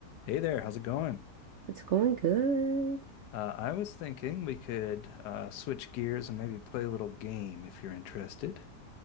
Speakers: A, on the left (about 80°); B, on the right (about 70°).
A: Hey there, how's it going?
B: It's going good.
A: Uh, I was thinking we could uh, switch gears and maybe play a little game if you're interested.